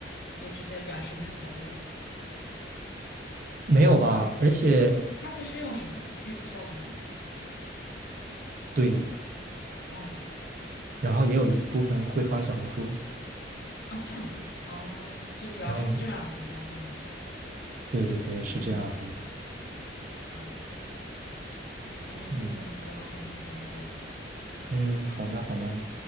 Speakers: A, on the left; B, on the right.
A: 就这些短视频活跃的，
B: 没有吧？而且
A: 他们是用什么的？TikTok 吗？
B: 对，
A: 哦
B: 然后也有一部分会发小红书，
A: 啊，这样子哦，所以主要是这两个平台上面是，
B: 嗯，对对对，是这样的，
A: 嗯，好，你今天谢谢你给我分享这么多。
B: 嗯嗯，好呢好呢。